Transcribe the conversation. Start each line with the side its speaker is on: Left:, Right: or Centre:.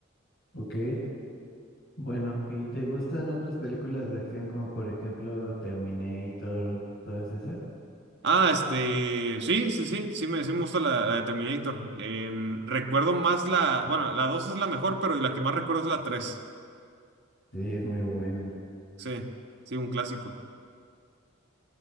Left: Ok, bueno, ¿y te gustan otras películas de acción como por ejemplo Terminator, todas esas?
Right: Ah, este, sí, sí, sí, sí me, sí me gusta la, la de Terminator. Em, recuerdo más la, bueno, la 2 es la mejor, pero la que más recuerdo es la tres
Left: Sí, es muy buena.
Right: Sí, sí, un clásico.